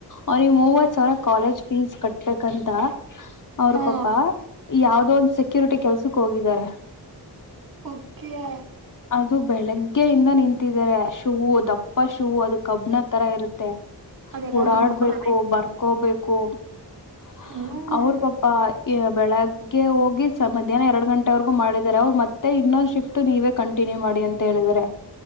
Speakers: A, on the left (about 50°); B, on the right (about 55°).
A: ಅವ್ರಿಗ್ ಮೂವತ್ಸಾವ್ರ ಕಾಲೇಜ್ ಫೀಸ್ ಕಟ್ಬೇಕಂತ ಅವ್ರು
B: ಹಾ
A: ಪಾಪಾ ಯಾವ್ದೋದ್ಯಾವ್ದೋನ್ದ ಸಿಕ್ -ಕ್ಯೂರಿಟಿ ಕೆಲ್ಸುಕ್ಕೋಗಿದರೆ
B: ಓಕೆ
A: -ದು ಬೆಳಿಗ್ಗೆಯಿಂದ ನಿಂತಿದಾರೆ ಶುವು ದಪ್ಪ ಶೂ ಅದು ಕಬ್ಣ ತರ ಇರುತ್ತೆ
B: ಅದೆಲ್ಲ
A: ಓಡಾಡ್ಬೇಕು
B: ನಿನ್ಕೊಡ
A: ಬರ್ಕೋಬೇಕ್ ಹ
B: ಹ್ಮ್
A: <unintelligible> ಅವ್ರ್ ಪಾಪಯ ಬೆಳಗ್ಗೆ ಹೋಗಿ ಸ--ಮಧ್ಯಾಹ್ನ ಎರ್ಡಗಂಟೆವರ್ಗು ಮಾಡಿದಾರೆ ಅವರು ಮತ್ತೆ ಇನ್ನೊಂದ್ ಶಿಫ್ಟ್ ನೀವೇ ಕಂಟಿನ್ಯೂ ಮಾಡಿ ಅಂತ ಹೇಳಿದಿದ್ದಾರೆ